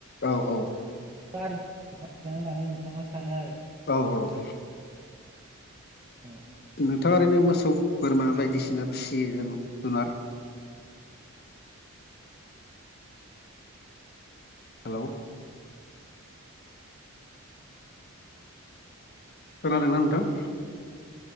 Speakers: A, on the left (about 45°); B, on the right (about 25°).
A: औ औ।
B: गोन होननानै नोंथाङा सानो आरो
A: औ औ।
B: औ
A: नोंथाङा ओरैनो मोसौ बोरमा बायदिसिना फिसियो होनबा
B: <inaudible>
A: हेलौ। खोनादोंना नोंथां?